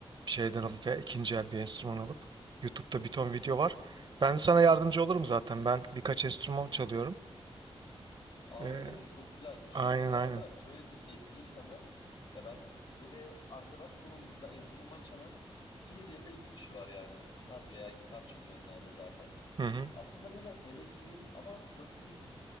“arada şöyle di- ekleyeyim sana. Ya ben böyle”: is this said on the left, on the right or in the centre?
Left